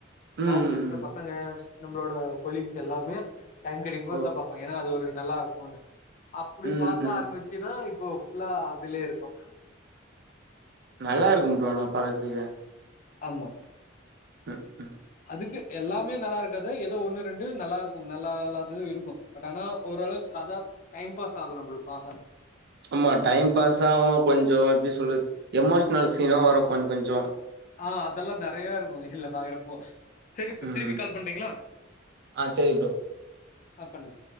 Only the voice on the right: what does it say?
ம்
ஓ
ம்
நல்லா இருக்கு ப்ரோ ஆன பாக்குறதுக்கு
<inaudible>
ஆமா டைம் பாஸ் ஆகு கொஞ்சோ எப்டி சொல்றது எமோஷ்னல் சீனு வரு கொஞ்சோ கொஞ்சோ
ம்
ஆ சரி ப்ரோ